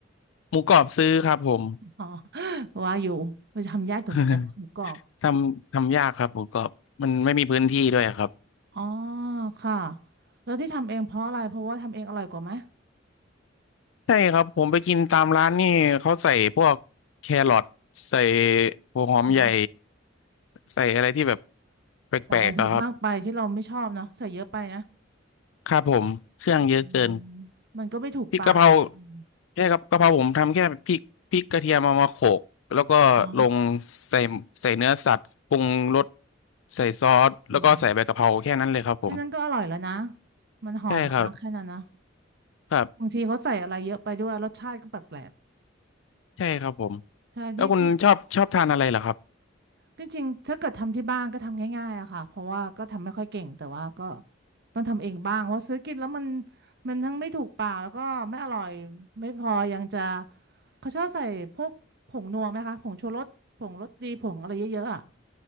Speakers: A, on the left; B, on the right.
A: หมูกรอบซื้อครับผม
B: อ๋อว่าอยู่เราจะทำยากอยู่เหมือนกันนะหมูกรอบ
A: <laughs> ทำทำยากครับหมูกรอบมันไม่มีพื้นที่ด้วยครับ
B: อ๋อค่ะแล้วที่ทำเองเพราะอะไรเพราะว่าทำเองอร่อยกว่าไหม
A: ใช่ครับผมไปกินตามร้านนี่เขาใส่พวกแครอทใส่หัวหอมใหญ่
B: เนาะ
A: ใส่อะไรที่แบบแปลกๆอะครับ
B: ใส่อะไรที่มากไปที่เราไม่ชอบเนาะใส่เยอะไปนะ
A: ครับผมเครื่องเยอะเกิน
B: อืมมันก็ไม่ถูกปากนะอม
A: พริกกะเพราแค่กับกะเพราผมทำแค่พริกพริกกระเทียมเอามาโขลกแล้วก็ลง
B: อ๋อ
A: ใส่ใส่เนื้อสัตว์ปรุงรสใส่ซอสแล้วก็ใส่ใบกะเพราแค่นั้นเลยครับผม
B: อืม แค่นั้นก็อร่อยแล้วนะ มันหอมแล้วนะแค่นั้นนะ
A: ใช่ครับครับ
B: บางทีเขาใส่อะไรเยอะไปด้วยรสชาติก็แปลก
A: ใช่ครับผม
B: ๆใช่ที่ที่
A: แล้วคุณชอบชอบทานอะไรเหรอครับ
B: จริงๆถ้าเกิดทำที่บ้านก็ทำง่ายๆอะค่ะเพราะว่าก็ทำไม่ค่อยเก่งแต่ว่าก็ต้องทำเองบ้างเพราะซื้อกินแล้วมันมันทั้งไม่ถูกปากแล้วก็ไม่อร่อยไม่พอยังจะเขาชอบใส่พวกผงนัวไหมคะผงชูรสผงรสดีผงอะไรเยอะๆอะ